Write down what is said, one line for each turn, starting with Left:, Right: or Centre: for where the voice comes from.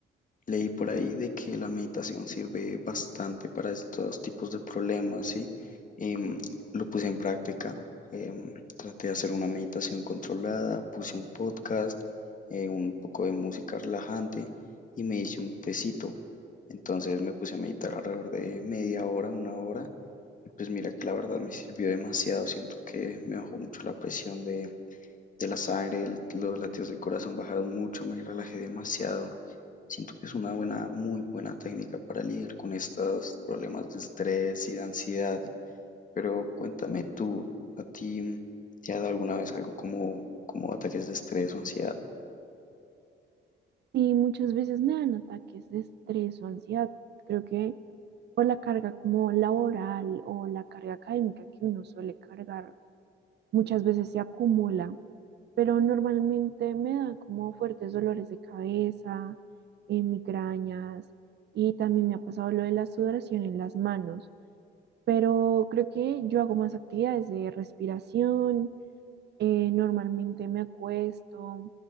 Left: leí por ahí de que la meditación sirve bastante para estos tipos de problemas, ¿sí? Em, lo puse en práctica, em, traté de hacer una meditación controlada, puse un podcast, eh, un poco de música relajante y me hice un tecito. Entonces me puse a meditar alrededor de media hora, una hora, y pues mira que la verdad me sirvió demasiado, siento que me bajó mucho la presión de la sangre, el- los latidos del corazón bajaron mucho, me relajé demasiado. Siento que es una buena, muy buena técnica para lidiar con estos problemas de estrés y de ansiedad. Pero cuéntame tú, ¿a ti te ha dado alguna vez algo como, como ataques de estrés o ansiedad?
Right: Y muchas veces me dan ataques de estrés o ansiedad. Creo que por la carga como laboral o la carga académica que uno suele cargar, muchas veces se acumula. pero normalmente me da como fuertes dolores de cabeza, eh, migrañas y también me ha pasado lo de la sudoración en las manos, pero creo que yo hago más actividades de respiración, eh, normalmente me acuesto,